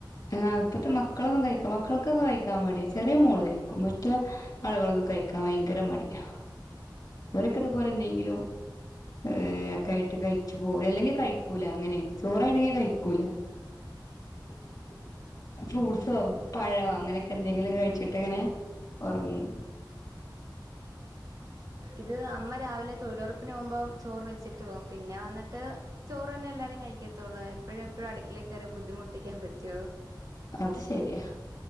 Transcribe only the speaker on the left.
ആഹ് ഇപ്പത്തെ മക്കളൊന്നും കഴിക്കു മക്കൾക്കൊക്കെ കഴിക്കാൻ മടിയ ചെറിയ മോള് കഴിക്കും മറ്റോ ആളുകളൊന്നും കഴ്‌ക്കാൻ ഭയങ്കര മടിയാ ഓരൊക്കെ ഇതുപോലെ എന്തെങ്കിലും ഏഹ് ഒക്കെയിട്ട് കഴ്‌ച്ച് പോകും ഇല്ലെങ്കി ല കഴിക്കൂല അങ്ങനെയാണ് ചോറാണെങ്കിൽ കഴ്‌ക്കൂല.
ഫ്രൂട്ട്സോ പഴോ അങ്ങനെയൊക്കെ എന്തെങ്കിലും കഴിച്ചിട്ട് ഇങ്ങനെ ഒറങ്ങും.
അത് ശരിയാ.